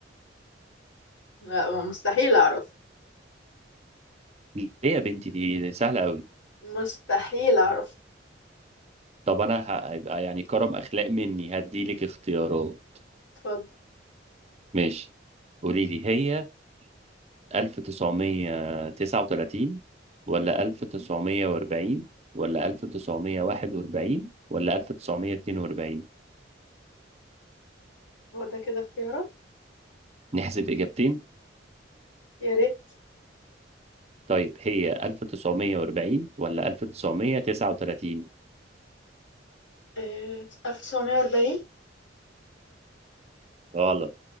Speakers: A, on the left; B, on the right.
A: لا مستحيل اعرف
B: ليه يا بنتي دي دي سهلة قوي
A: مستحيل اعرف
B: طب أنا هيبقى يعني كرم أخلاق مني هدي لك اختيارات
A: اتفضل
B: ماشي قولي لي هي 1939 ولا 1940 ولا 1941 ولا 1942
A: هو ده كده اختيارات
B: نحذف إجابتين
A: يا ريت
B: طيب هي 1940 ولا 1939
A: آه، 1940
B: غلط